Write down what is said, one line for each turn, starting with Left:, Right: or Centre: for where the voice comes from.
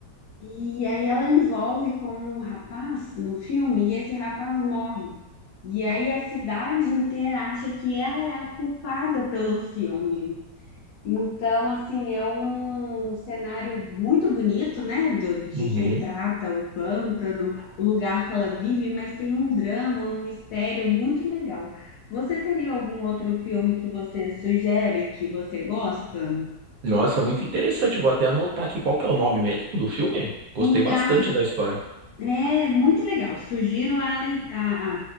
Left: E aí ela envolve com um rapaz no filme e esse rapaz morre. E aí a cidade inteira acha que ela é a culpada pelo filme. Então, assim, é um cenário muito bonito, né? Do, de
Right: Uhum.
Left: retrata o pântano, o lugar que ela vive, mas tem um drama, um mistério muito legal. Você teria algum outro filme que você sugere que você gosta?
Right: Nossa, muito interessante. Vou até anotar aqui qual que é o nome mesmo do filme. Gostei
Left: Um lugar
Right: bastante da história.
Left: é muito legal. Sugiro a, lei- a,